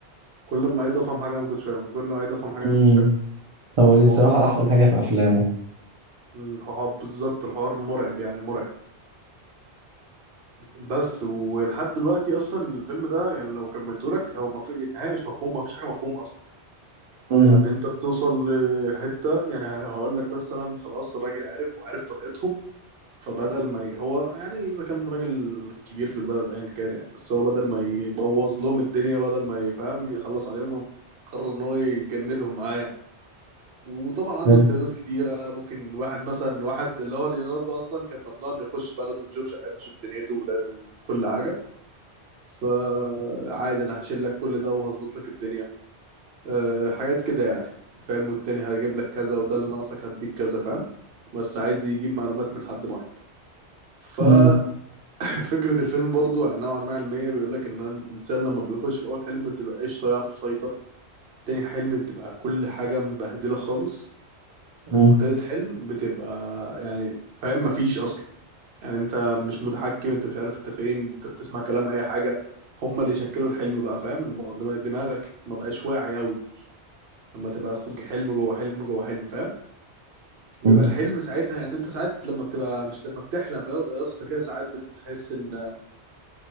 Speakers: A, on the right (about 70°); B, on the right (about 40°).
A: كل ما عيد افهم حاجه انا ما كنتش فاهمها كل ما عيد افهم حاجه
B: فاهمها
A: انا ما كنتش فاهمها
B: هو
A: الموضوع
B: دي الصراحة أحسن حاجة في أفلامه
A: مم، هو بالظبط الحوار مرعب يعني مرعب بس ولحد دلوقتي اصلا الفيلم ده يعني لو كملته لك هو ما في النهايه مش مفهوم ما فيش حاجه مفهومه اصلا
B: امم
A: يعني انت بتوصل لحته يعني هقول لك مثلا خلاص الراجل عرف وعرف طريقتهم فبدل ما ي- هو يعني اذا كان راجل كبير في البلد ايا كان يعني بس هو بدل ما يبوظ لهم الدنيا بدل ما يفهم يخلص عليهم قرر ان هو يجندهم معاه يعني. وطبعا عنده
B: حلو
A: امتيازات كتيرة ممكن واحد مثلا واحد اللي هو ليوناردو أصلا كان ممنوع إنه يخش بلده وما يشوفش عياله ويشوف دنيته وولاده وكل حاجة فعادي أنا هشيل لك كل ده وهظبط لك الدنيا أه حاجات كده يعني فاهم والتاني هجيب لك كذا وده اللي ناقصك هديك كذا فاهم بس عايز يجيب معلومات من حد معين ففكرة
B: امم
A: <coughs> <laughs> الفيلم برضو يعني نوعا ما علمية بيقول لك إن الإنسان لما بيخش في أول حلم بتبقى قشطة يعرف يسيطر تاني حلم بتبقى كل حاجة مبهدلة خالص
B: امم
A: وتالت حلم بتبقى يعني فاهم مفيش اصلا يعني انت مش متحكم انت مش عارف انت فين انت بتسمع كلام اي حاجه هما اللي شكلوا الحلم بقى فاهم الم- دم- دماغك ما بقاش واعي قوي لما تبقى خد حلم جوه حلم جوه حلم فاهم بيبقى
B: امم
A: الحلم ساعتها يعني انت ساعات لما بتبقى مش لما بتحلم يا يا اسطى كده ساعات بتحس ان